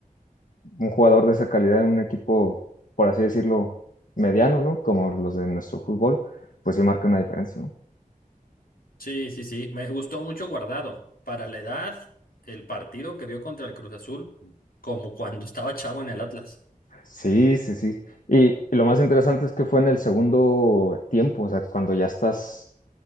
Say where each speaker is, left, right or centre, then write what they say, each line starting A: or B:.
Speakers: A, on the left (about 65°); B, on the left (about 80°).
A: Un jugador de esa calidad en un equipo, por así decirlo, mediano, ¿no? Como los de nuestro fútbol, pues sí marca una diferencia, ¿no?
B: Sí, sí, sí, me gustó mucho Guardado. Para la edad, el partido que dio contra el Cruz Azul, como cuando estaba chavo en el Atlas.
A: Sí, sí, sí. Y, y lo más interesante es que fue en el segundo tiempo, o sea, cuando ya estás